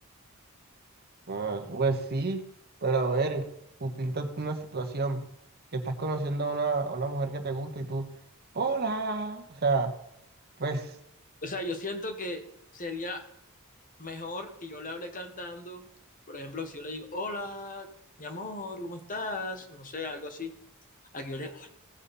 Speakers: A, on the right (about 45°); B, on the left (about 40°).
A: Ah, pues sí, pero a ver, tú píntate una situación que estás conociendo a una, a una mujer que te gusta y tú, hola, o sea, pues,
B: O sea, yo siento que sería mejor que yo le hable cantando. Por ejemplo, si yo le digo, hola, mi amor, ¿cómo estás? No sé, algo así. A que yo le,